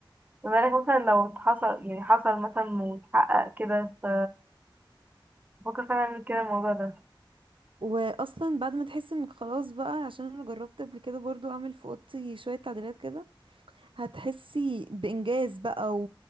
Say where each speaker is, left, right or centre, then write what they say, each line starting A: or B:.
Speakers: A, on the right (about 20°); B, on the right (about 75°).
A: بما انك مثلا لو حصل يعني حصل مثلا واتحقق كده ف بفكر فعلا اعمل كده الموضوع ده
B: واصلا بعد ما تحسي انك خلاص بقى عشان انا جربت قبل كده برضو اعمل في اوضتي شويه تعديلات كده هتحسي بانجاز بقى و...